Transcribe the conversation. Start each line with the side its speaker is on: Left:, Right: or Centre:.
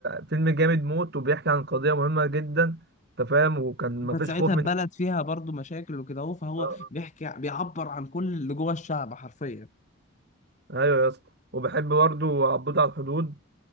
Right: فيلم جامد موت وبيحكي عن قضية مهمة جدا انت فاهم وكان مفيش
Left: كانت ساعتها
Right: خوف
Left: البلد
Right: من
Left: فيها برضو مشاكل وكده اهو فهو
Right: آه.
Left: بيحكي بيعبر عن كل اللي جوه الشعب حرفيا
Right: ايوه يا اسطى وبحب برضه عبود على الحدود